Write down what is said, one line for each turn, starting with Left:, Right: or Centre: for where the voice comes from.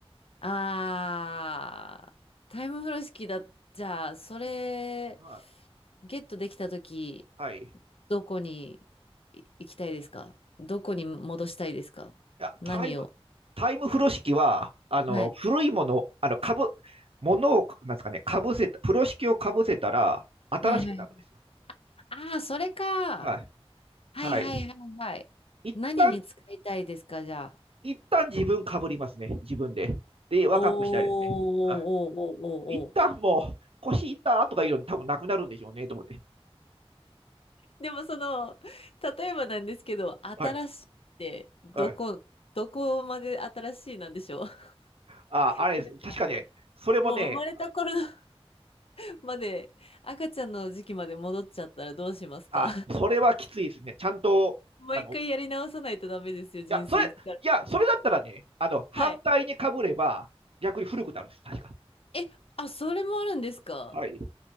Left: あー、タイム風呂敷だ。じゃあ、それ
Right: はい。
Left: ゲットできたとき、
Right: はい。い
Left: どこにい行きたいですかどこに戻したいですか何を。
Right: や、タイム、タイム風呂敷は、あの、
Left: はい。
Right: 古いもの、あの、かぶ、ものを、なんですかね、かぶせた、風呂敷をかぶせたら、新しくなるんですよ。
Left: はいはい。あー、それか。
Right: はい。
Left: はいはいはいはい。
Right: はい。一旦、
Left: 何に使いたいですか、じゃあ。
Right: 一旦自分かぶりますね。自分で。で、若くしたいですね。
Left: おーおーおーおーおーお
Right: はい一旦もう、腰痛とかいうの多分なくなるんでしょうね、と思って。
Left: でもその、例えばなんですけど、新しいってどこ、
Right: はい。はい。
Left: どこまで新しいなんでしょう <laughs>
Right: あ、あれです、
Left: なんか、
Right: 確かね、それもね、
Left: もう生まれた頃の <laughs> まで、赤ちゃんの時期まで戻っちゃったらどうしますか
Right: あ、それはきついですね。ちゃんと、
Left: <laughs> もう一回やり直さないとダメですよ、
Right: あの、い
Left: 人生一から。
Right: や、それ、いや、それだったらね、あの、反対にかぶれば、
Left: はい。
Right: 逆に古くなるんです、確か。
Left: え、あ、それもあるんですか
Right: はい。